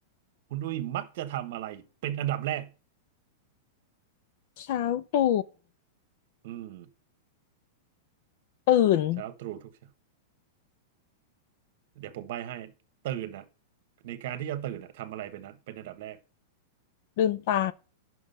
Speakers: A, on the right (about 45°); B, on the left (about 40°).
A: คุณอุ้ยมักจะทำอะไรเป็นอันดับแรก
B: เช้าตู่
A: อืม
B: ตื่น
A: เช้าตรู่ทุกเช้า เดี๋ยวผมใบ้ให้ตื่นอะในการที่จะตื่นอะทำอะไรเป็นนะเป็นอันดับแรก
B: ลืมตา